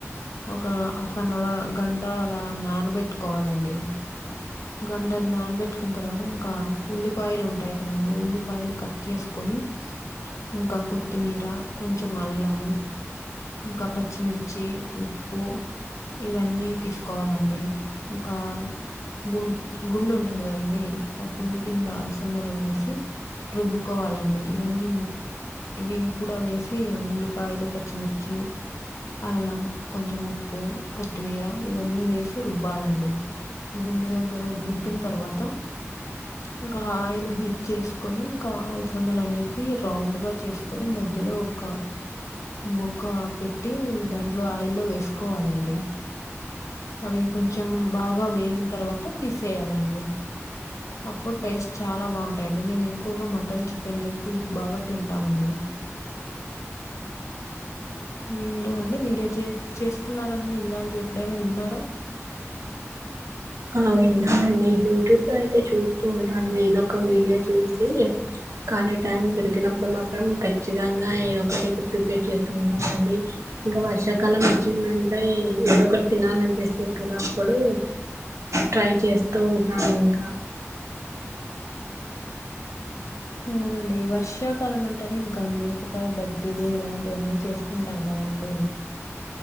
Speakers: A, on the left (about 80°); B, on the right (about 75°).
A: ఒక హాఫ్ అన్ అవర్ గంట అలా నానబెట్టుకోవాలండి గంటన్ని నానబెట్టుకున్న తర్వాత ఇంకా ఉల్లిపాయలు ఉంటాయి కదండి ఉల్లిపాయలు కట్ చేసుకొని ఇంకా కొత్తిమీర కొంచెం అల్లము ఇంకా పచ్చిమిర్చి ఉప్పు ఇవన్నీ తీసుకోవాలండి ఇంకా గుం గుండు ఉంటుంది కదండీ ఆ గుండు కింద అలసందలు వేసి రుబ్బుకోవాలండి ఇవన్నీ ఇవి కూడా వేసి ఉల్లిపాయలు పచ్చిమిర్చి అల్లం కొంచెం ఉప్పు కొత్తిమీర ఇవన్నీ వేసి రుబ్బాలండి గుండె దగ్గర రుబ్బిన తర్వాత ఇంకా ఆయిల్ హీట్ చేసుకని ఇంకా అలసందలు అనేటివి రౌండ్ గా చేసుకు కుని మధ్యలో ఒక బొక్క పెట్టి దాంట్లో ఆయిల్లో వేసుకోవాలండి అవి కొంచెం బాగా వేగిన తర్వాత తీసేయాలండి అప్పుడు టేస్ట్ చాలా బాగుంటాయిండి మేము ఎక్కువగా మటన్ చికెన్ లేకి విత్ బాగా తింటామ అండి మీరు అండి మీరే చే చేసుకున్నారని ఇలాంటివి ఎప్పుడైనా విన్నరా ర్
B: అవు విన్నాండి యూట్యూబ్ లో అయితే చూస్త ఉన్నాను ఏదో ఒక వీడియో చూసి కలెక్ట్ టైం దొరికినప్పుడు మాత్రం ఖచ్చితంగా ఏదొ ఒకటికి ప్రిపేర్ చేస్తూ ఉంటామండి ఇంకా వర్షాకాలం వచ్చిందంటే ఏదో ఒకటి తినాలనిపిస్తుంది కదా అప్పుడు ట్రై చేస్తూ ఉంటాను ఇంకా
A: అవునండి వర్షాకాలం అంటేనే ఇంకా మిరపకాయ బజ్జీలు ఇలాంటివన్నీ చేస్తుంటాం కదండి